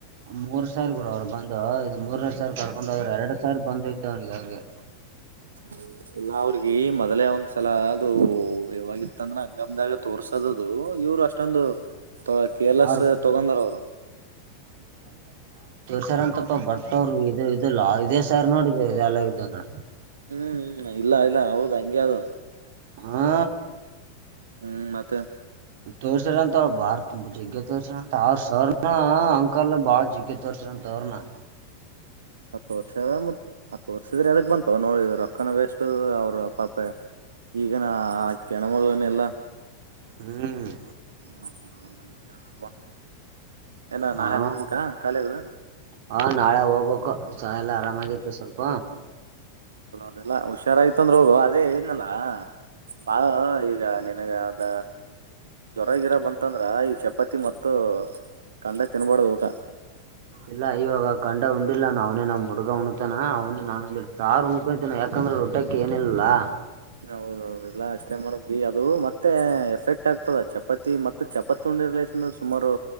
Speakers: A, on the right; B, on the right.
A: ಮೂರ್ ಸಾವಿರ ಗುರು ಅವರು ಬಂದು. ಮೂರನೇ ಸರಿ ಕರ್ಕೊಂಡು ಹೋದ್ರೆ ಎರಡ್ ಸಾರಿ ಬಂದ್ ಇತವನಗ ಅವ್ರಿಗೆ.
B: ನಾ ಅಲ್ಲ ಅವ್ರಿಗೆ ಮೊದ್ಲೆೇ ಒಂದ್ಸಲ ಅದು ಯಾವವಾಗಿತ್ತಂದ್ರ ಹಂಗಮ್ದಾಗ ತೋರ್ಸದ್ದದು ಇವ್ರು ಅಷ್ಟ. ಮಷ್ಟೊಂದು ಕೆರ್ ಲೆಸ್
A: ಅವ್ರ
B: ತೊಗಂದರ್ ಅವರು.
A: ಸರ್ ಅಂತಪ್ಪ ಭಟ್ ಅವ್ರ ಇದು ಇಲ್ಲ ಇದೇ <unintelligible>
B: ಹ್ಮ್ ಹ್ಮ್ ಇಲ್ಲ ಇಲ್ಲ ಹೌದು ಹಂಗೆ ಆದ ಅದು.
A: ಹಾ.
B: ಹ್ಮ್ ಮತ್ತೆ.
A: ತೋರ್ಸರಂತ ಅವ್ರು ಭಾರ ಜಗ್ಗೆ ತೋರಿಸರ ಅಂತ ಅವ್ರ ಸರ್. ಹ್ಹ್ ಹ್ಹಾ ಅಂಕಲ್ ಬಾಳ ಜಿಗ್ ಜಗ್ಯ ತೋರ್ಸ್ಯ ರಂತ ಅವ್ರೂನು
B: ಅ ತೋರ್ಸ ಆ ತೋರ್ಸಿದ್ರೆ ಎದಕ್ ಬಂತೋ ನೋಡಿ ರೊಕ್ಕನ ವೇಸ್ಟ್ ಅವರು ಪಾಪ ಈಗನ ಆಕಿ ಹೆಣ್ಣು ಮಗಳನು ಇಲ್ಲ.
A: ಹ್ಮ್
B: <unintelligible> ಏನ
A: ಹಾ
B: ನಾಳೆ ಹೋಗ್ಬೇಕ ಕಾಲೇಜು.
A: ಹ ನಾಳೆ ಹೋಗ್ಬೇಕು. ಚಹ ಎಲ್ಲಅರಮಗೈತಿ ಸ್ವಲ್ಪ.
B: ಅದೆಲ್ಲಾ ಹುಷಾರಾಗಿತ್ತು ಅಂದ್ರ ಹೋಗು ಅದೇ ಹೇಳಿದ್ನಲ್ಲ ಬಾ ಈಗ ನಿನಗ ಅದ ಜ್ವರಗಿರ ಬಂತಂದ್ರ ಈ ಚಪಾತಿ ಮತ್ತು ಕಂಡ ತಿನ್ಬಾಡದು ಊಟ.
A: ಇಲ್ಲ ಇವಾಗ ಕಂಡ ಉಂಡಿಲ್ಲ ನಾನು ಅವ್ನೇ ನಮ್ಮ ಹು ಡ್ಗ ಉಣ್ತಾನ ಅವನ ನಾನು ಸಾರ್ ಉನ್ಕೋತೀನಿ ಯಾಕಂದ್ರ ಉಟುಕ ಏನಿಲ್ಲ ಅಲ್ಲಾ.
B: ಹೌದೌದು ಇಲ್ಲ ಅಷ್ಟೇ ಮಾಡಬೇಕು ಅದು ಮತ್ತೆ ಎಫೆಕ್ಟ್ ಆಗ್ತದ ಚಪಾತಿ ಮತ್ತೆ ಚಪಾತಿ ಉಂಡಿದ್ರ ಸುಮಾರು